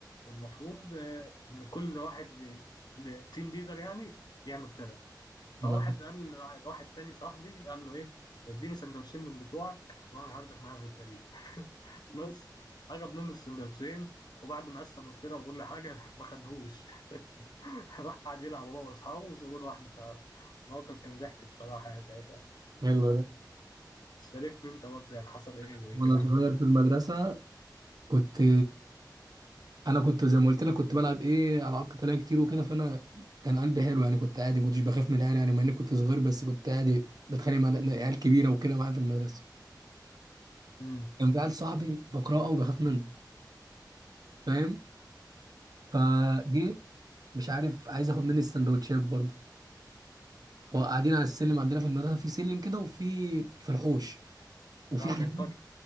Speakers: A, on the left; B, on the right.
A: والمفروض آه، ان كل واحد التيم ليدر يعني يعمل فرقه فواحد
B: تمام.
A: قال لع- لواحد تاني صاحبي قال له ايه اديني سندوتشين من بتوعك وانا هاخدك معايا في الفريق <laughs> بس اخد منه السندوتشين وبعد ما قسموا الفرقه وكل حاجه <laughs> ما خدهوش <laughs> راح قعد يلعب هو واصحابه وسابوه لوحده فالموقف كان ضحك الصراحه يا ساعتها
B: حلو ده
A: شاركني انت برضه يعني حصل ايه
B: <laughs>
A: زي
B: وانا
A: كده عندك
B: صغير في المدرسه كنت انا كنت زي ما قلت لك كنت بلعب ايه العاب قتاليه كتير وكده فانا كان قلبي حلو يعني كنت عادي ما كنتش بخاف من العيال يعني مع اني كنت صغير بس كنت عادي بتخانق مع عيال كبيره وكده معايا في المدرسه
A: امم
B: كان في عيل صاحبي بكرهه وبخاف منه فاهم فجه مش عارف عايز ياخد مني السندوتشات برضه وقاعدين على السلم عندنا في المدرسه في سلم كده وفي في الحوش وفي
A: اه
B: حديد
A: بلطجي